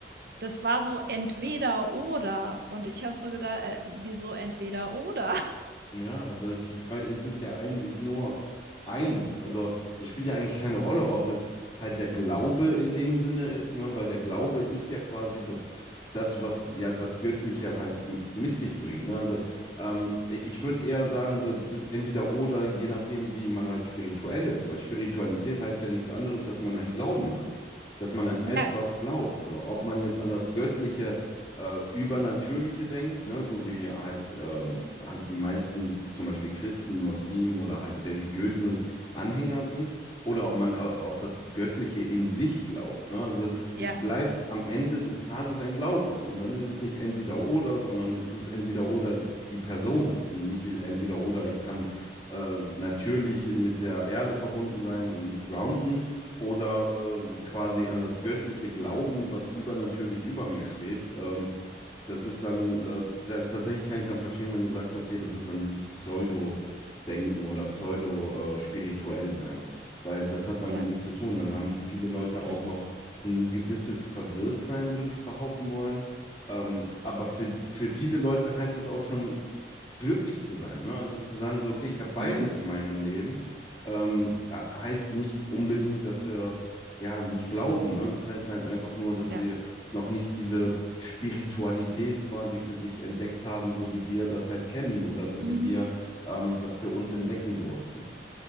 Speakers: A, on the right (about 55°); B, on the left (about 20°).
A: das war so entweder oder. Und ich habe so gedacht, äh, wieso entweder oder? <laughs>
B: Ja, also es- ich meine, es ist ja eigentlich nur eins. Also es spielt ja eigentlich keine Rolle, ob es halt der Glaube in dem Sinne ist, ne? Weil der Glaube ist ja quasi das, das, was ja das Göttliche halt m- mit sich bringt. Ne? Also ähm, ich würde eher sagen, so, das ist entweder oder, je nachdem, wie man halt spirituell ist, weil Spiritualität heißt ja nichts anderes, dass man einen Glauben hat. Dass man an
A: Ja,
B: etwas glaubt. So. Ob man jetzt an das Göttliche äh, Übernatürliche denkt, ne? So wie halt, ähm, halt die meisten zum Beispiel Christen, Muslimen oder halt religiöse Anhänger sind, oder ob man, äh, ob das Göttliche in sich glaubt, ne? Also
A: ja,
B: es bleibt am Ende des Tages ein Glaube und dann ist es nicht entweder oder, sondern ist es entweder oder die Person und nicht entweder oder ich kann äh, natürlich mit der Erde verbunden sein und mich grounden oder äh, quasi an das Göttliche glauben, was übernatürlich über mir schwebt. Ähm, das ist dann, äh, da, tatsächlich kann ich dann verstehen, wenn du sagst, okay, das ist dann dieses Pseudo-Denken oder Pseudo-spirituell sein, weil das hat damit
A: ja,
B: nichts zu tun. Dann haben viele Leute auch
A: richtig.
B: noch ein gewisses Verwirrtsein, würde ich behaupten wollen. Ähm, aber für, für viele Leute heißt das auch schon, glücklich zu sein, ne? Also zu sagen, so, okay, ich habe beides
A: Mhm,
B: in meinem Leben, ähm, äh, heißt nicht unbedingt, dass sie ja nicht glauben, ne? Das heißt halt einfach nur, dass
A: ja,
B: sie noch nicht diese Spiritualität quasi für sich entdeckt haben, so wie wir das halt kennen oder so
A: mhm,
B: wie wir ähm, das für uns entdecken durften.